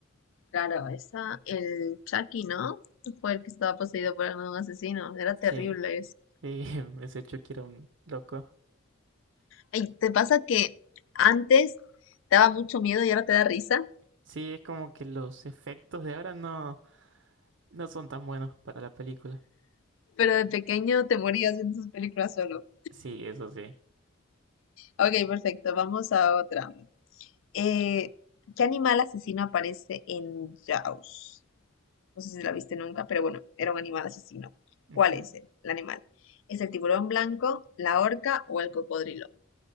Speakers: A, on the left; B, on the right.
A: claro, esa, el Chucky, ¿no? Fue el que estaba poseído por un asesino. Era terrible
B: Sí,
A: eso.
B: sí, <laughs> ese Chucky era un loco.
A: Ay, ¿te pasa que antes te daba mucho miedo y ahora te da risa?
B: Sí, es como que los efectos de ahora no, no son tan buenos para la película.
A: Pero de pequeño te morías viendo sus películas solo.
B: Sí, eso sí.
A: Ok, perfecto, vamos a otra. Eh, ¿qué animal asesino aparece en Jaws? No sé si la viste nunca, pero bueno, era un animal asesino.
B: Ujú.
A: ¿Cuál es el, el animal? ¿Es el tiburón blanco, la orca o el cocodrilo?